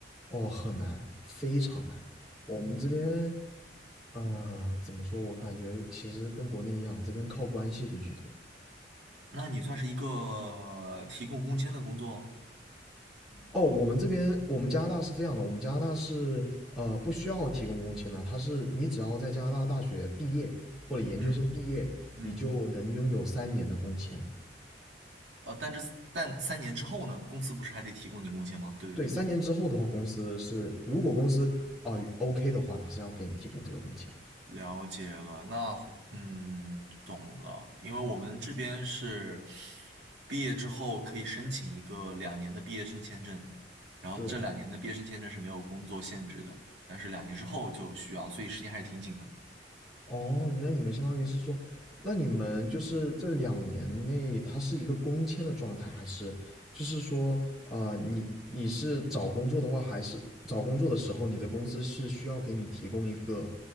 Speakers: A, in the centre; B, on the right (about 75°).
A: 哦，很难，非常难。我们这边，呃，怎么说？我感觉其实跟国内一样，这边靠关系的居多。
B: 那你算是一个提供工签的工作，
A: 哦，我们这边我们加拿大是这样的，我们加拿大是呃不需要提供工签的，它是你只要在加拿大大学毕业或者研究生毕业，
B: 嗯嗯，
A: 你就能拥有三年的工签。
B: 呃，但这但三年之后呢，公司不是还得提供你工签吗？对不对？
A: 对，三年之后的话，公司是如果公司啊、呃 OK 的话，它是要给你提供这个工签的。
B: 了解了，那嗯，懂了。因为我们这边是毕业之后可以申请一个两年的毕业生签证，然后这两年的毕业生签证是没有工作限制的，
A: 对，
B: 但是两年之后就需要，所以时间还是挺紧的。
A: 哦，那你们相当于是说，那你们就是这两年内，它是一个公签的状态，还是就是说，呃，你你是找工作的话，还是找工作的时候，你的公司是需要给你提供一个